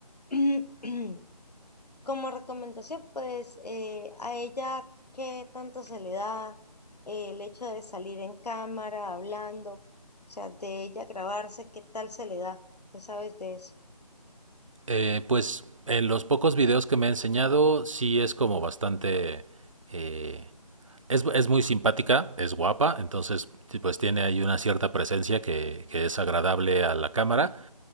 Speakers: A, on the left; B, on the right.
A: <clears throat> como recomendación, pues eh, a ella qué tanto se le da eh, el hecho de salir en cámara, hablando, o sea, de ella grabarse, qué tal se le da, ¿qué sabes de eso?
B: Eh, pues en los pocos videos que me ha enseñado sí es como bastante... eh, es, es muy simpática, es guapa, entonces sí, pues tiene ahí una cierta presencia que, que es agradable a la cámara